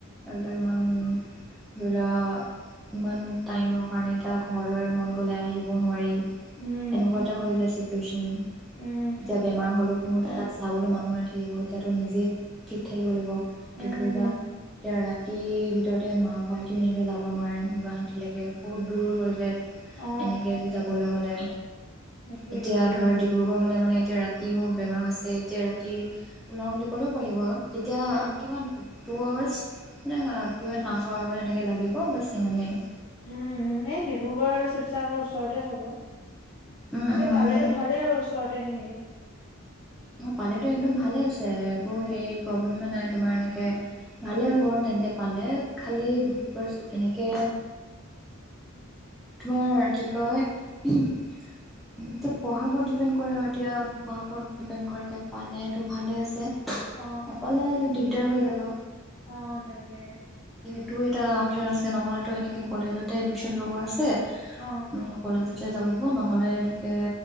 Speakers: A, in the centre; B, on the left.
A: এইবিলাক ইমান ধৰি লোৱা ইমান, টাইমৰ কাৰণে এতিয়া ঘৰলৈ মন গ'লে আহিবও নোৱাৰি।
B: উম
A: এনেকুৱা এটা হৈ যায় চ ওম
B: উম
A: এতিয়া বেমাৰ হ'লেও, কোনো এ তাত চাবলৈ মানুহ নাথাকিব এতিয়াতো নিজেই ঠিক থাকিব লাগিব। এতিয়া
B: উম
A: ধৰি লোৱা এতিয়া ৰাতি। ৰাতিৰ ভিতৰতে মা বাবা হতি এনেকৈ যাব নোৱাৰে গুৱাহাটীলৈকে বহুত দূৰ হৈ যায়
B: অ
A: এনেকৈ যাবলৈ হ'লে
B: সেইটোৱে
A: এতিয়া ধৰা। ডিব্ৰুগড় হ'লে মানে এতিয়া ৰাতি মোৰ বেমাৰ হৈছে এতিয়া ৰাতি ওলাওঁ বুলি ক'লে পাৰিব। তেতিয়া
B: উম
A: কিমান হ'ল। টু আৱাৰ্চ মানে টু এণ্ড হাফ আৱাৰ এনেকৈ লাগিব বছ সিমানেই।
B: উম উম এই ডিব্ৰুগড় আৰু শিৱসাগৰৰ ওচৰতে হব।
A: উম
B: তাকে
A: উম
B: পালেতো ভালেই আৰু ওচৰতে সেনেকে।
A: অঁ পালেতো একদম ভালে আছে একো হে প্ৰব্লেমে নাই তোমাৰ এনেকে ভালেই হ'ব তেন্তে পালে খালী বছ এনেকে তোমাৰ কি কয় এতিয়া পঢ়াৰ ওপৰত ডিপেণ্ড কৰে আৰু এতিয়া পঢ়াৰ ওপৰত ডিপেণ্ড কৰে এতিয়া পালেটো ভালে আছে।
B: অ
A: নাপালেটো আৰু দিগ। তৈ হৈ যাব।
B: অ তাকে।
A: এইটো এটা অপচন আছে নহ'লেতো এনেকে কলেজতে এডমিচন লগোৱা আছে। অঁ
B: অ
A: কলেজত। যাব লাগিব নহ'লে এনেকৈ